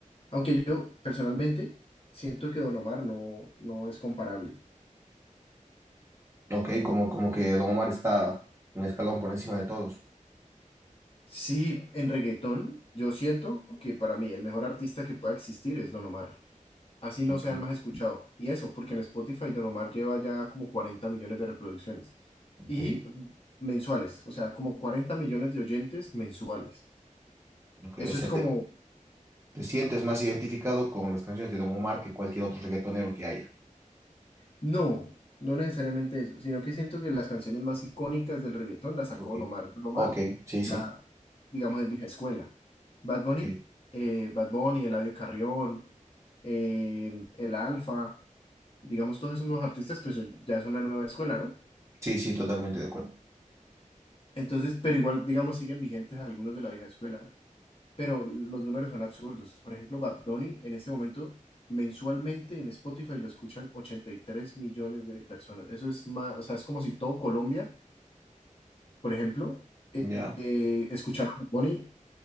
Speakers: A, on the left (about 45°); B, on the right (about 20°).
A: Aunque yo personalmente siento que Don Omar no, no es comparable.
B: Ok, como, como que Don Omar está un escalón por encima de todos.
A: Sí, en reggaetón, yo siento que para mí el mejor artista que pueda existir es Don Omar. Así no
B: Ok,
A: sea el más escuchado. Y eso, porque en Spotify Don Omar lleva ya como 40 millones de reproducciones.
B: ok,
A: Y mensuales, o sea, como 40 millones de oyentes mensuales.
B: ok.
A: Eso
B: O sea,
A: es como
B: te, te sientes más identificado con las canciones de Don Omar que cualquier otro reggaetonero que haya.
A: No, no necesariamente eso, sino que siento que las canciones más icónicas del reggaetón las sacó
B: Ok,
A: Don Omar. Don Omar
B: ok, sí, sí.
A: ya, digamos, es vieja escuela. Bad Bunny,
B: Sí,
A: eh, Bad Bunny, Eladio Carrión, eh, El Alfa, digamos, todos esos nuevos artistas, pues ya son la nueva escuela, ¿no?
B: sí, sí, totalmente de acuerdo.
A: Entonces, pero igual, digamos, siguen vigentes algunos de la vieja escuela. pero los números son absurdos. Por ejemplo, Bad Bunny en este momento mensualmente en Spotify lo escuchan 83 millones de personas. Eso es más, o sea, es como si todo Colombia, por ejemplo,
B: Ya.
A: eh, escuchara a Bad Bunny